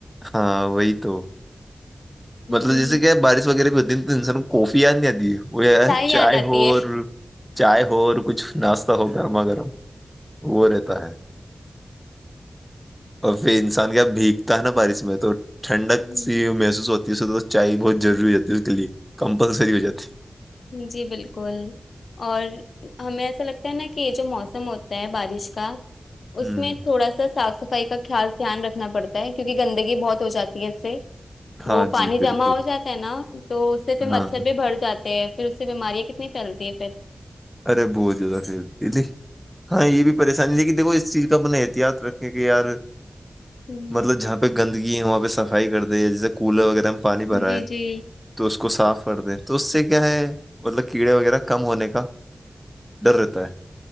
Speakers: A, in the centre; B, on the left.
A: ہاں وہی تو مطلب
B: جی
A: جیسے کہ بارش وغیرہ بھی تن سر کوفی آ نہیں دیتی ہے وہ
B: یاد
A: چائے
B: آتی
A: ہو چائے ہوور کچھ ناشتہ ہو گرما گرم وہ رہتا ہے اور پھر انسان کیا بھیگتا ہے نا بارش میں تو ٹھنڈک
B: ہ
A: سی محسوس ہوتی چائے بہت روری ہو جاتی ہے اس کے لیے کمپلسری ہو جاتی ہے
B: جی بالکل اور ہمیں ایسا لگتا ت کہ یہ جو موسم ہوتا ہے بارش کا <inaudible> اس
A: ہوں
B: میں تھوڑا سا صاف سف صفائی کا خاص دھیان رکھنا پڑتا ہے کیونکہ گندگی بہت ہو جاتی ہے اس سے
A: ہاں
B: وہ پانی
A: جی
B: جمع
A: بالکل
B: ہو جاتا ہے نا تو اس سے پھر
A: ہاں
B: مچھر بھی بھر جاتا پھر اس سے بیماریاں کتنی پھیلتی ہے پھر
A: ارے بہت جدا سی ہاں یہ بھی پریشانی لیک کہن دیکو اس چیز کا اپنا احتیاط رکھیں کہ یار
B: ہوں
A: مطلب جہاں پہ <inaudible> گندگی وہاں پہ صفائی کر دی ہے جیسے کولر وغیرہ پانی بھرا
B: جی
A: ہے
B: جی
A: تو اس کو اس کو صاف کر دیں تو اس سے کیا ہے مطلب کیڑے وغیرہ کم ہونے کا ڈر رہتا ہے